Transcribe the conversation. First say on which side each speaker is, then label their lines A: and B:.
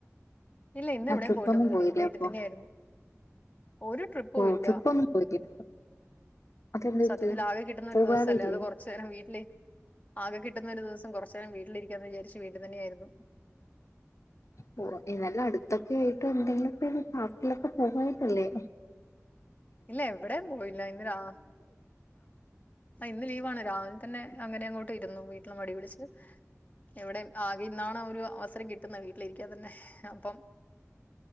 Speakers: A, on the left (about 30°); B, on the left (about 65°).
A: ഇല്ല ഇന്ന് എവിടെയും
B: ആ ട്രിപ്പൊന്നും
A: പോയിട്ടൊന്നുല്ല
B: പോയില്ലേ
A: ഇന്ന് വീട്ട്
B: അപ്പൊ
A: തന്നെ ആയിരുന്നു ഒര് ട്രിപ്പു
B: ഓഹ്
A: ഇല്ല
B: ട്രിപ്പൊന്നും പോയില്ലേ അതെന്ത്
A: സത്യത്തില്
B: പറ്റി
A: ആകെ കിട്ടുന്ന
B: പോകാറില്ലേ
A: ഒരു ദിവസല്ലേ അത് കോർച്ച് നേരം വീട്ടില് ആകെ കിട്ടുന്ന ഒരു ദിവസം കൊർച്ചേരം വീട്ടിലിരിക്കാന്ന് വിചാരിച്ചു വീട്ട് തന്നെ ആയിരുന്നു
B: പോവ എതായാലും അടുത്തൊക്കെ ആയിട്ട് എന്തെങ്കിലുക്കെ പാര്‍ക്കിലൊക്കെ പോവായിട്ടല്ലേ
A: ഇല്ല എവിടെം പോയില്ല ഇന്ന് രാ ഇന്ന് ലീവാണ് രാവിൽ തന്നെ അങ്ങനെ അങ്ങോട്ട് ഇരുന്നു വീട്ടില് മടി പിടിച്ച് എവിടേം ആകെ ഇന്നാണ് ഒരു അവസരം കിട്ടുന്നെ വീട്ടിലിരിക്കാൻ തന്നെ അപ്പം